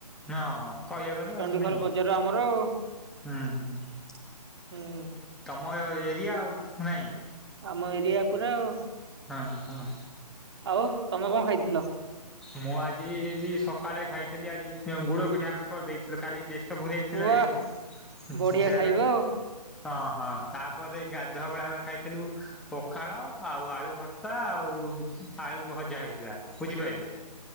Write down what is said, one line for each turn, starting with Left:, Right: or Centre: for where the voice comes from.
Centre: ହଁ ହଁ କହିବାକୁ ଗଲେ
Right: ଚଣ୍ଡିଖୋଲ
Centre: ଆଉ ନାଇଁ।
Right: ବଜାର ଆମର ଆଉ
Centre: ହୁଁ
Right: ହୁଁ
Centre: ତମ ଏରିଆ ଆଉ ନାଇଁ?
Right: ଆମ ଏରିଆ ପୁରା ଆଉ।
Centre: ହଁ ହଁ।
Right: ଆଉ ତମେ କଣ ଖାଇଥିଲ
Centre: ମୁଁ ଆଜି ବି ସକାଳେ ଖାଇଥିଲି ଆଜି ଗୁଡ଼ ପିଠା ଆମେ କରିଦେଇଥିଲୁ କାଲି ଯେ ଷ୍ଠ ପୁଣେଇ ଥିଲା
Right: ୱା
Centre: ଯେହେତୁ
Right: ବଢିଆ
Centre: ସେହେଟା
Right: ଖାଇବା ଆଉ
Centre: ହଁ ହଁ ତାପରେ ଗାଧୁଆ ବେଳେ ଆମେ ଖାଇଥିଲୁ ପଖାଳ ଆଉ ଆଳୁ ଭର୍ତ୍ତା ଆଉ ଆଳୁ ଭଜା ହେଇଥିଲା ବୁଝିପାଇଲେ।